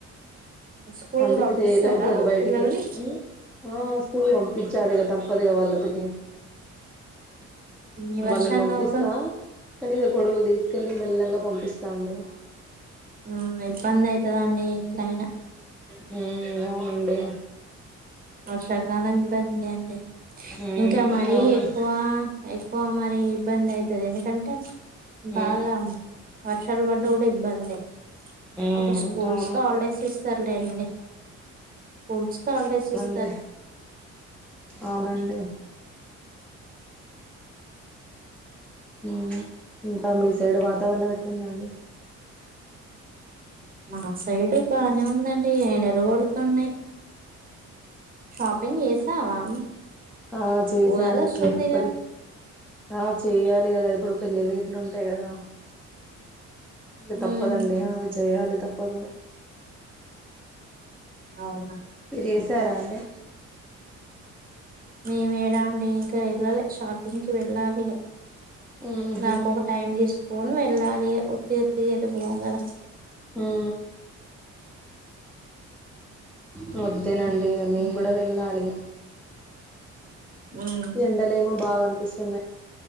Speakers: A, on the right (about 30°); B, in the centre.
A: స్కూల్
B: అందుకెతేలవదు
A: కి పంపిస్తారా
B: కదా బయటికి
A: పిల్లల్ని
B: ఆహ్ స్కూల్ కి పంపించాలి కదా తప్పదుగాద వాళ్ళకి.
A: ఈ
B: వాళ్ళని
A: వర్షాన్న
B: పంపిస్తా
A: కూడా
B: కానీ ఎక్కడో తీసుకెల్లి మెల్లంగా పంపిస్తా అండి.
A: ఆ ఇబ్బందైతదండి ఎట్లయినా
B: మ్మ్ అవునండి.
A: వర్షాకాలం ఇబ్బంది అండి
B: ఉమ్
A: ఇంకా మరీ
B: అవునండి
A: ఎక్కువ ఎక్కువ మరీ ఇబ్బందైతది ఎందుకన్ టె
B: ఉమ్
A: బాగాం వర్షాలు పడ్డా కూడ ఇబ్బందె.
B: ఉమ్
A: అప్పుడు స్కూల్స్
B: అవునండి
A: కు ఆల్డేస్ ఇస్ సర్లేండి స్కూల్స్ కు హాలిడేస్ ఇస్
B: డి అవునండి. మ్మ్ మి తమిళ్ సైడ్ వాతావరణం ఎట్ల టుందండి.
A: మా సైడ్ బానే ఉందండి ఏండలు కొడుతున్నాయ్. షాపింగ్ చేసావా?
B: ఆ చేసానండి
A: ఉగాది వస్తుందిగా
B: ఎప్పల్ ఆ చెయ్యాలి గదా ఇప్పుడు పెళ్ళిళ్ళు గిట్ల ఉంటాయి కదా! ఇంగ తప్పదండి
A: ఉమ్
B: ఆవచ్ చేయాలి తప్పదు
A: అవునా
B: ఏసారా అండి
A: మేమేడ అండి ఇంకా ఎల్లలా షాపింగ్కి వెళ్ళాలిగ.
B: ఉహు
A: దానికి ఒక టైమ్ తీసుకొని వె ఇలాగేయే ఒత్తి ఉత్తి ఎత్తుకుపోవం కదా!
B: ఆ అబ్ అంతేనండి మేము
A: ఉమ్
B: కూడ వెళ్ళాలి.
A: ఉమ్
B: ఈ ఎండలేమో బాగనిపిస్ తన్న